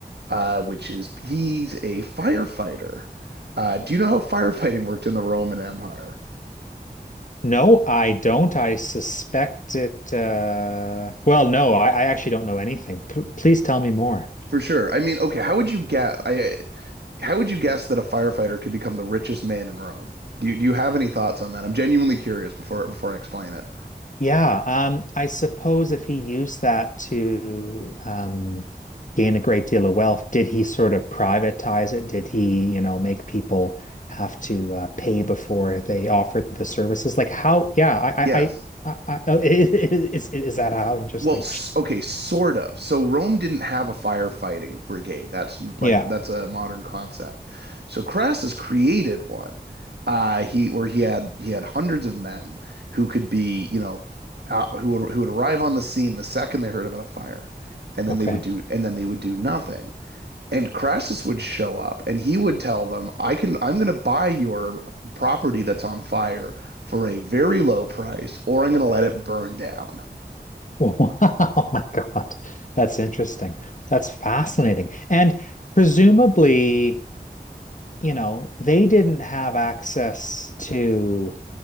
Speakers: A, on the right; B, on the left.
A: uh, which is he's a firefighter. Uh, do you know how firefighting worked in the Roman Empire?
B: No, I don't. I suspect it. Uh, well, no, I, I actually don't know anything. P please tell me more.
A: For sure. I mean, okay, how would you guess? I how would you guess that a firefighter could become the richest man in Rome? Do you, do you have any thoughts on that? I'm genuinely curious before before I explain it.
B: Yeah, um, I suppose if he used that to um, gain a great deal of wealth, did he sort of privatize it? Did he, you know, make people have to uh, pay before they offer the services? Like how? Yeah, I,
A: Yes.
B: I, I, I, I <laughs> is, is that how? Interesting.
A: Well, s- okay, sort of. So Rome didn't have a firefighting brigade. That's n-
B: Yeah.
A: like that's a modern concept. So Crassus created one. Uh, he where he had he had hundreds of men who could be, you know, uh, who would who would arrive on the scene the second they heard about a fire, and then
B: Okay.
A: they would do and then they would do nothing. And Crassus would show up and he would tell them, "I can I'm going to buy your property that's on fire for a very low price, or I'm going to let it burn down."
B: Wow, <laughs> oh my God. That's interesting. That's fascinating. And presumably, you know, they didn't have access to